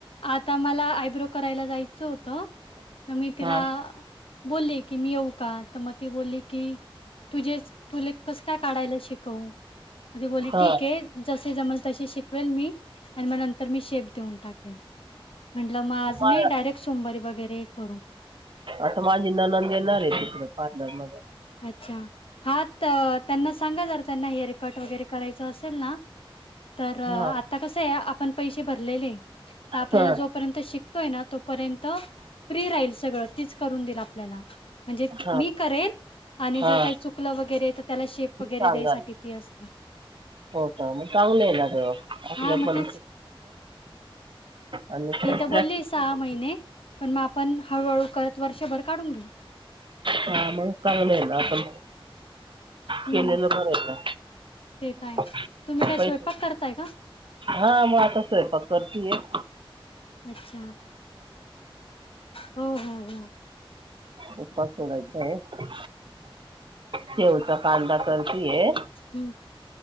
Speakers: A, on the left; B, on the right.
A: आता मला आयब्रो करायला जायचं होतं तर मी तिला
B: हा.
A: बोलली की मी येऊ का तर मग ती बोलली की तुझेच तुले कसं काय काढायला शिकवू मग ती बोलली
B: हा.
A: ठीकेए जसे जमल तसे शिकवेल मी आणि मग नंतर मी शेप देऊन टाकेन म्हंटलं मग आज
B: मा-
A: नाही डायरेक्ट सोमवारी वगैरे करू
B: आता माझी ननंद येणारेए तिकडे पार्लर मधे
A: अच्छा हा त्यांना सांगा जरा त्यांना हेअरकट वगैरे करायचं असेल ना <inaudible> तर आता
B: हा
A: कसं आय आपण पैशे भरलेले हायत आपल्याला
B: हा
A: जोपर्यंत शिकतोय ना तो तोपर्यंत फ्री राहील सगळं तीच करून देईल आपल्याला म्हणजे
B: हा
A: मी करेन आणि
B: हा.
A: जर काही चुकलं वगैरे तर त्याला शेप
B: ती
A: वगैरे
B: सांगाल
A: द्यायसाठी ती असते
B: हो का मग चांगलं आहे ना ग आपल्या
A: हां, मग
B: पण
A: तेच.
B: आणि
A: ती तर
B: प्रॅक्टिस
A: बोलली सहा
B: करायची
A: महिने पण मग आपण हळूहळू करत वर्षभर काढून घेऊ
B: हा मग चांगल आय ना आपण
A: हं,
B: केलेलं बरं आहे
A: ते तर आहे.
B: का
A: तुम्ही काय
B: पैसे
A: स्वयंपाक करताय का?
B: हा मग आता सैपाक करतीये <unintelligible>
A: अच्छा. हो, हो, हो.
B: उपवास सोडायचा आहे ठेचा कांदा कर तीये.
A: हं.